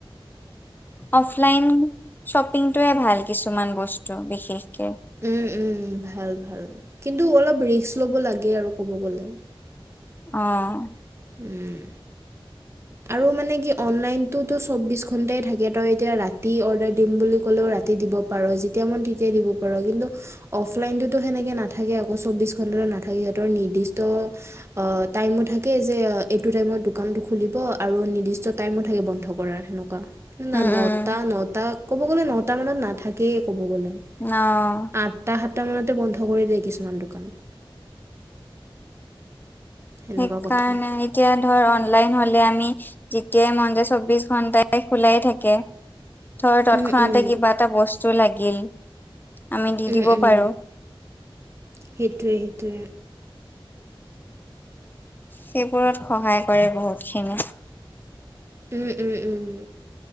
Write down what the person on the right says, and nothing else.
উম, উম, ভাল ভাল কিন্তু অলপ ৰিক্স ল'ব লাগে আৰু ক'ব গ'লে।
উম। আৰু মানে কি অনলাইনটোতো চৌব্বিশ ঘণ্টাই থাকে তই এতিয়া ৰাতি অৰ্ডাৰ দিম বুলি কলেওঁ ৰাতি দিব পাৰ। যেতিয়াই মন তেতিয়াই দিব পাৰ কিন্তু অফলাইনটোতো সেনেকে নাথাকে আকৌ চৌব্বিশ ঘণ্টাতে নাথাকে সিহঁতৰ নিৰ্দিষ্ট অ', টাইমো থা কে যে এইটো টাইমত দোকানটো খুলিব আৰু নিৰ্দিষ্ট টাইমো থাকে বন্ধ কৰাৰ সেনেকুৱা। না
নটা
নটা কব গ'লে নটা মানত নাথাকেই ক'ব গ'লে।
আঠটা সাতটা মানতে বন্ধ কৰি দিয়ে কিছুমান দোকান। সেনেকুৱা
কথা।
উম উম।
উম,
উম,
সেইটোৱে সেইটোৱে।
উম, উম, উম।